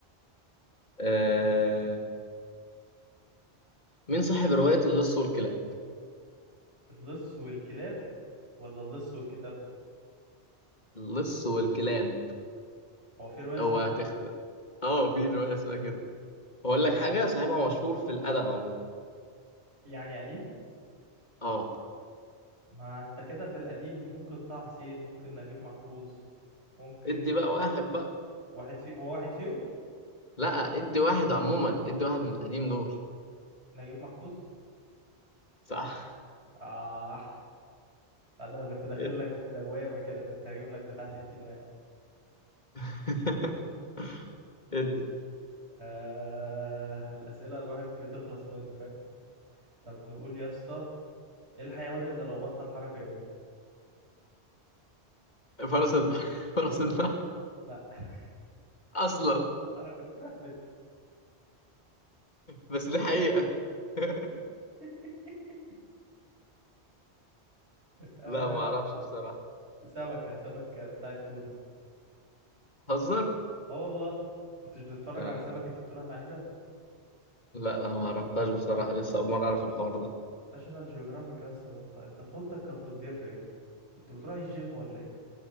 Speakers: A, on the left; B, on the right.
A: آه... مين صاحب رواية اللص والكلاب
B: اللص والكلاب ولا اللص والكتاب
A: اللص والكلاب
B: هو في رواية اسمها
A: اوعى
B: كده
A: تخت اه في رواية اسمها كده بقول لك حاجة صاحبها مشهور في الأدب عموما
B: يعني قديم
A: اه
B: ما انت كده في القديم ممكن طه حسين ممكن نجيب محفوظ ممكن
A: ادي بقى واحد بقى
B: واحد في هو واحد فيهم
A: لا ادي واحد عموما ادي واحد من القديم دول
B: نجيب محفوظ
A: صح
B: اه لا ده انا كنت داخل
A: ادي
B: لك في دوامة كده كنت هجيب لك بتاع 60 واحد
A: <laughs> ادي
B: آه... الأسئلة الواحد بتخلص منه فاهم طب نقول يا اسطى ايه الحيوان اللي لو بطل حركة يموت
A: فرس الب... <laughs> فرس النهر
B: لا <laughs>
A: أصلا
B: انا كنت مهبل
A: بس دي حقيقة <laughs>
B: <laughs> آه...
A: لا ما أعرفش بصراحة
B: سمكة سمكة بتاعت تونة
A: هزر
B: اه والله كنتش بتتفرج
A: لا
B: على سمكة التونة العنيدة
A: لا ما أعرفهاش بصراحة لسه أول مرة أعرف الحوار ده
B: ناشونال جيوغرافيك يا اسطى ده انت انت طفولتك كانت بتضيع في ايه كنت بتروح الجيم ولا ايه